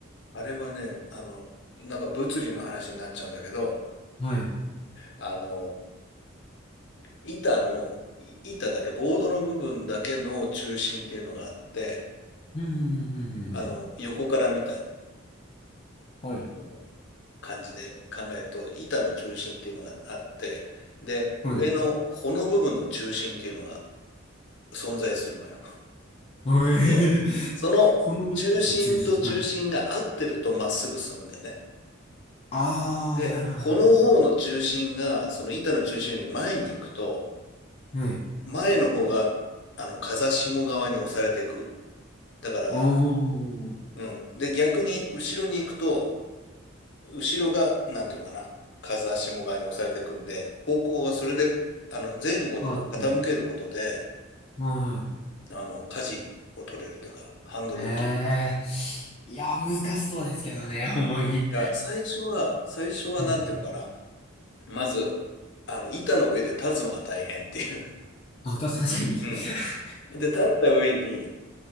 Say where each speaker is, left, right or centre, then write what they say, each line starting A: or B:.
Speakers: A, on the left (about 55°); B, on the left (about 30°).
A: あれはね、あの、なんか物理の話になっちゃうんだけど、
B: はい。
A: あの、板の、い板だけ、ボードの部分だけの中心っていうのがあって、
B: うん、うん、うん、うんうん。
A: あの、横から見た
B: はい。
A: あの感じで考えると、板の中心っていうのがあって、で、
B: はい。
A: 上の穂の部分の中心っていうのが存在するのよ。
B: はい。<laughs>
A: で、その中心と中心が合ってるとまっすぐ進むんだよね。
B: ほのぶるの中心。はい。ああ、
A: で、
B: はい、はい、
A: 穂の方の中心が、
B: は
A: その板の中心より前に行くと、
B: い。はい。はい。
A: 前の方が、あの、風下側に押されていく。だから、
B: おー、
A: うん。で、逆に後ろに行くと、後ろが、なんていうのかな、風下側に押されていくんで、方向がそれで、あの、前後にこう傾けることで、
B: 変わって。はい、はい。
A: あの、舵を取れるというか、ハンドルを切る。
B: ええーいや、難しそうですけどね、ほんまに。
A: だから最初は、最初はなんていうのかな、
B: はい。
A: まず、あの、板の上で立つのが大変っていう。
B: あ、確かに。
A: うん。
B: <laughs>
A: で、立った上に、